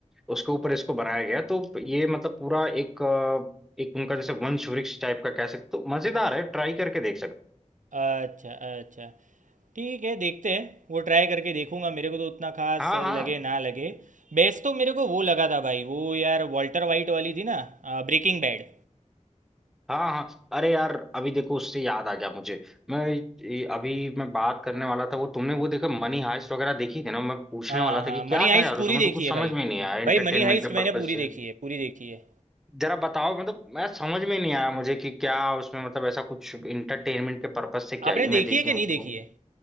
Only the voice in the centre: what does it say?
उसके ऊपर इसको बनाया गया है। तो ये मतलब पूरा एक अ, एक उनका जैसे वंश वृक्ष टाइप का कह सकते हो तो मजेदार है ट्राई करके देख सकते
हो। हाँ हाँ
हाँ हाँ अरे यार अभी देखो उससे याद आ गया मुझे मैं ये- अभी मैं बात करने वाला था वो तुमने वो देखा मनी हाइस्ट वगैरह देखी थी ना मैं पूछने
वाला था
कि क्या
था यार
उसमें
तो कुछ
समझ
में ही नहीं आया एंटरटेनमेंट
के
पर्पज
से
जरा बताओ मतलब मैं समझ में नहीं आया मुझे कि क्या उसमें मतलब ऐसा कुछ इंटरटेनमेंट के पर्पज से क्या
ही मैं
देखूं
उसको